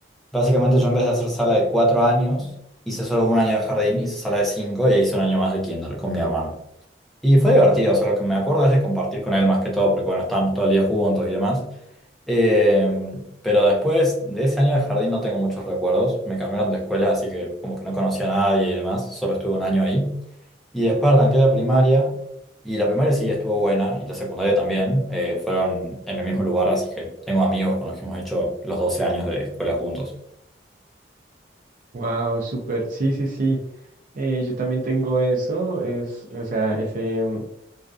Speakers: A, in the centre; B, on the right.
A: básicamente yo en vez de hacer sala de cuatro años, hice solo un año de jardín, hice sala de cinco y e hice un año más de kinder con mi hermano. Y fue divertido, o sea, lo que me acuerdo es de compartir con él más que todo, porque bueno, estábamos todo el día juntos y demás. Eh, pero después de ese año de jardín no tengo muchos recuerdos, me cambiaron de escuela, así que como que no conocía a nadie y demás, solo estuve un año ahí. Y después arranqué la primaria, y la primaria sí estuvo buena, y la secundaria también. eh, fueron en el mismo lugar, así que tengo amigos con los que hemos hecho los 12 años de escuela juntos.
B: Wow, súper. Sí, sí, sí. Eh, yo también tengo eso. Es, o sea, ese, mm,